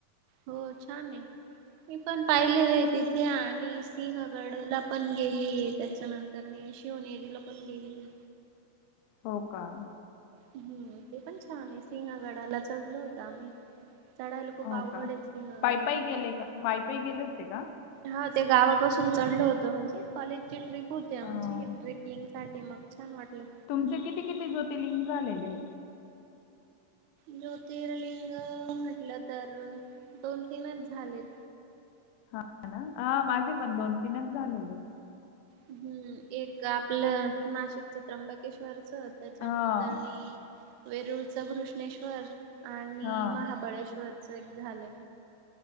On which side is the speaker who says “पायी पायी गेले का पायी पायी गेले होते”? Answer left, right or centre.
Left